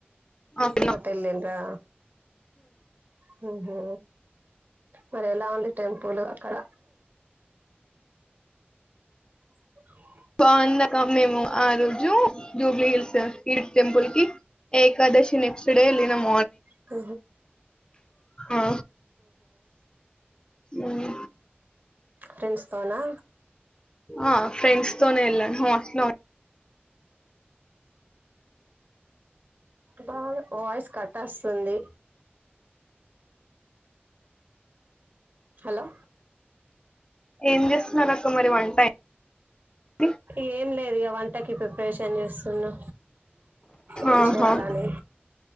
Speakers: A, on the left; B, on the right.
A: అవునా
B: మటల్ందరా హ హ మరి ఎలా ఉంది టెంపుల్ కడ అవు
A: బో అందక మేము ఆ రోజు జూబ్లీ హిల్స్ ఈడి టెంపుల్ కి ఏకాదశి నెక్స్ట్ డే వెళ్ళినము
B: హ
A: ఆ అవు
B: ఫ్రెండ్స్తోనా
A: ఆ ఫ్రెండ్స్ తోనే వెళ్ళాను అట్లు
B: బా వాయిస్ కట్ వస్తుంది హలో
A: ఏం చేస్తున్నారు అక్క మరి వంట అయింది
B: ఏం లేదు ఇక వంటకి ప్రిపరేషన్ చేస్తున్నా ఏం
A: ఆహా
B: చేయాలని